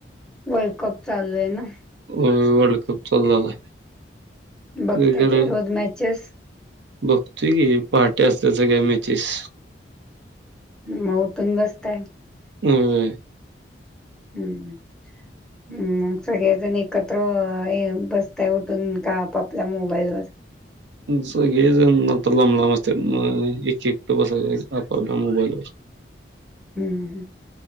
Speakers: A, in the centre; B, on the right.
A: वर्ल्ड कप चालू आहे ना?
B: हो वर्ल्ड कप चालू झालाय
A: बघताय
B: ते खरं
A: काय? रोज मॅचेस,
B: बघतोय की, पहाटे असल्यात सगळ्या मॅचेस
A: म, उटून बसताय हम्म
B: होय
A: हम्म मग सगळे जण एकत्र बस ता उठून का, आपापल्या, मोबाईल वर
B: सगळे जण आता लांबलाब असत्यात म एक एकट बसाएच आपपल्या मोबाईलवर
A: हम्म ह